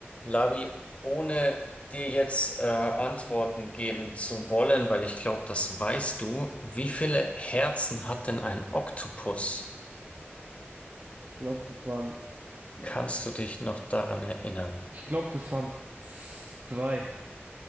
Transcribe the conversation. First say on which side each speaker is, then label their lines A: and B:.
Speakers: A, on the left; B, on the right.
A: Labi, ohne dir jetzt äh, Antworten geben zu wollen, weil ich glaube, das weißt du, wie viele Herzen hat denn ein Oktopus?
B: glaube, das waren, oh,
A: Kannst du dich noch daran erinnern?
B: ich glaube, das waren z- zwei.